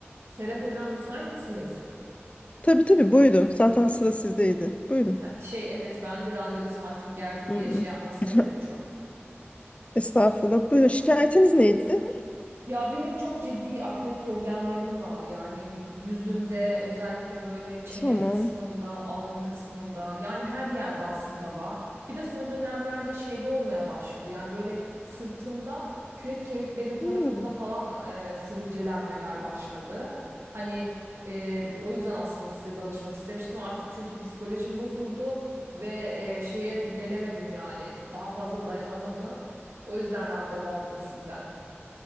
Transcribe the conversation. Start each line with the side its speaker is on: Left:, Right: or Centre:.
Right: Serap Hocam müsait misiniz?
Left: Tabii tabii buyurun. Zaten sıra sizdeydi. Buyurun.
Right: Ha, şey evet ben de randevu saatim geldi
Left: Hmm.
Right: diye şey yapmak istemedim
Left: <laughs>
Right: çok.
Left: Estağfurullah. Buyurun. Şikayetiniz neydi?
Right: Ya benim çok ciddi akne problemlerim var. Yani yüzümde özellikle böyle çene
Left: Tamam.
Right: kısmımda, alın kısmımda yani her yerde aslında var. Bir de son dönemlerde şeyde olmaya başladı. Yani böyle sırtımda kürek kemiklerim tarafında
Left: Hmm.
Right: falan e, sivilcelenmeler başladı. Hani e, o yüzden aslında size danışmak istemiştim artık çünkü psikolojim bozuldu ve e, şeye gelemedim yani daha fazla dayanamadım. O yüzden randevu aldım sizden.